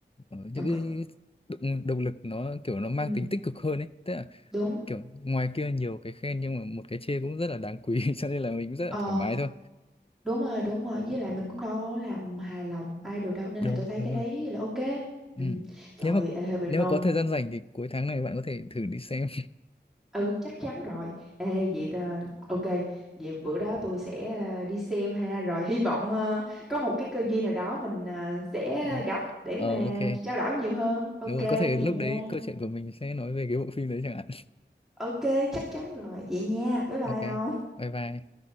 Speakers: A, on the left (about 30°); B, in the centre.
A: ờ, những
B: động
A: cái
B: lực
A: động, động lực nó kiểu nó mang
B: Ừ,
A: tính tích cực hơn ấy tức là
B: đúng.
A: kiểu ngoài kia nhiều cái khen nhưng mà một cái chê cũng rất là đáng quý <laughs> cho nên là mình cũng rất
B: Ờ,
A: là thoải mái thôi
B: đúng rồi, đúng rồi. Với lại mình cũng đâu làm hài lòng ai được đâu. Nên
A: đúng
B: là tôi thấy
A: đúng
B: cái đấy
A: rồi
B: là ok.
A: ừ.
B: ừ. trời
A: nếu
B: ơi
A: mà
B: ê, hơi bị
A: nếu
B: nôn
A: mà có thời gian rảnh thì cuối tháng này bạn có thể thử đi xem
B: Ừ chắc chắn rồi Ê vậy ta, ok Vậy bữa đó tôi sẽ ờ, đi xem ha Rồi hy vọng ờ, có một cái cơ duyên nào đó Mình ờ, sẽ
A: <laughs>
B: gặp để
A: ờ
B: mà
A: ok
B: trao đổi nhiều hơn Ok
A: đúng rồi
B: vậy
A: có thể lúc
B: nha
A: đấy câu chuyện của mình sẽ nói về cái bộ phim đấy chẳng hạn
B: Ok chắc chắn rồi Vậy nha bye bye
A: <laughs> ok
B: ông
A: bye bye